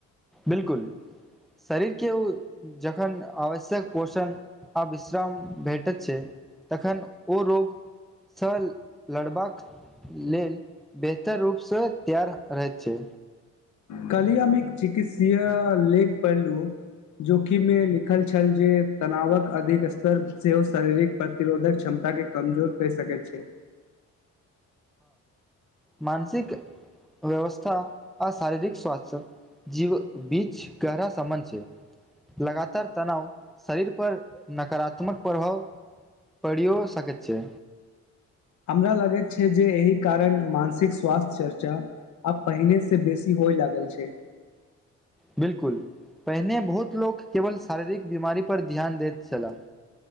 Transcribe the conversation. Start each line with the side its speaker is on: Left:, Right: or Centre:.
Centre: बिलकुल शरीर के जखन आवश्यक पोषण आ विश्राम भेटैत छै तखन ओ रोगसँ लड़बाक लन बेहतर रूपसँ तैार रह छै
Left: कल अमे एक चिकित्सीय लेख पहिलू जोखिममे लिखल छल जे तनावक अधिक स्तर सेहो शारीरिक प्रतिरोधक क्षमता के कमजोर कहि सकय छै
Centre: मानसिक व्यवस्था आ शारीरिक स्वस्थ्य जीव बीच गहरा संबंध छय लगातार तनाव शरीर पर नकारात्मक प्रभाव पढ़ियओ सकैत छै
Left: हमरा लगैत छै जे एहि कारण मानसिक स्वास्थ्य चर्चा आब पहिने से बेसी होइ लागल छै
Centre: बिल्कुल पहिने बहुत लोक केवल शारीरिक बीमारी पर ध्यान दैत छलह